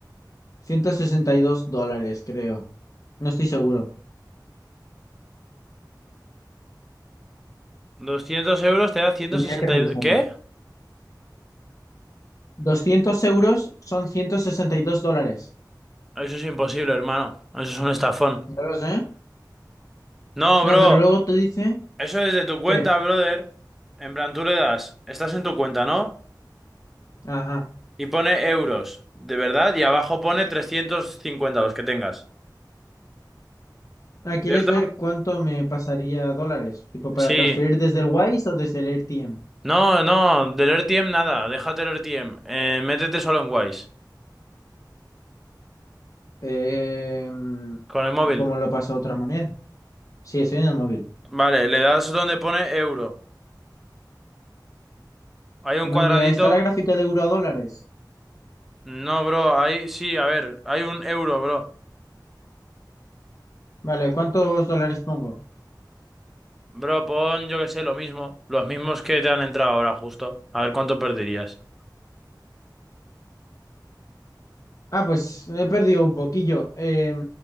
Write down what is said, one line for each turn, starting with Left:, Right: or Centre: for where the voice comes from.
Left: 162 dólares, creo. No estoy seguro.
Centre: 200 euros te da 162...
Left: Tendría que revisarlo.
Centre: ¿Qué?
Left: doscientos euros son 162 dólares.
Centre: Eso es imposible, hermano. Eso es un estafón.
Left: Ya lo sé.
Centre: No,
Left: No,
Centre: bro.
Left: pero luego te dice
Centre: Eso es de tu cuenta,
Left: que...
Centre: brother. En plan, tú le das. Estás en tu cuenta, ¿no?
Left: Ajá.
Centre: Y pone euros, de verdad. Y abajo pone 350 los que tengas.
Left: Ah, ¿quieres
Centre: ¿Cierto?
Left: ver cuánto me pasaría dólares? Tipo, para
Centre: Sí.
Left: transferir desde el Wise o desde el AirTM.
Centre: No, no. Del RTM nada. Déjate el RTM. Eh, métete solo en Wise.
Left: Em,
Centre: Con el móvil.
Left: ¿y cómo lo pasa a otra moneda? Sí, estoy en el móvil.
Centre: Vale, le das donde pone euro. Hay un
Left: ¿Dónde
Centre: cuadradito.
Left: está la gráfica de euro a dólares?
Centre: No, bro, ahí sí, a ver, hay un euro, bro.
Left: Vale, ¿cuántos dólares pongo?
Centre: Bro, pon, yo que sé, lo mismo. Los mismos que te han entrado ahora, justo. A ver cuánto perderías.
Left: Ah, pues he perdido un poquillo. Em,